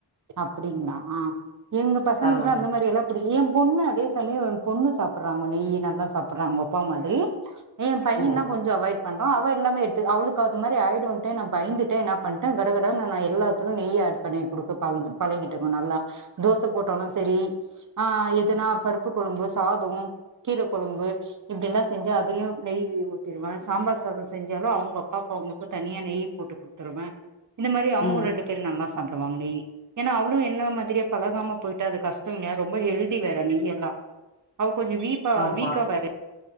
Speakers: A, on the right; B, on the left.
A: அப்படிங்களா ஆ எங்க பசங்களுளக்கு
B: ஆமாங்க
A: அந்த மாரி எல்லாம் குடி என் பொண்ணு அதே சமயம் பொண்ணு சாப்பிடுறாங்க நெய் நல்லா சாப்பிடறாங்க அவ அப்பா மாதிரி என் பையன்
B: ம்
A: தான் கொஞ்ச அவாய்ட் பண்ரா அவ இல்லாம எப் அவளுக்கு அது மாதி ஆயிடும்டே நான் பயந்துட்டன் என்ன பண்ட்டேன் கடகட நான் எல்லாத்திலேயும் நெய் ஆட் பண்ணி கொடுக்க பழ பழகிட்டங்க நல்லா தோசை போட்டாலும் சரி ஆ எதுனா பருப்பு குழம்பு சாதம் கீரை குழம்பு இப்படி எல்லாம் செஞ்சு அதுலயும் நெய் ஊத்திிருவேன் சாம்பார் சாதம் செஞ்சாலும் அவங்க அப்பாக்கு அவங்களுக்கு தனியா நெய் போட்டு குடுத்துருவேன் இந்த மரி அவுங்க
B: ம்
A: ரெண்டு பேரு நல்லா சாப்டுவாங்க நெய் ஏன்னா அவ்ளு என்ன மாத்ரியே பழகாம போயிட்டு அது கஷ்டம் ய ரொம்ப ஹெல்த்தி வேற நெய் எல்லா அவ் கொஞ்சோ வீப்பா
B: ஆமா
A: வீக்கா வேற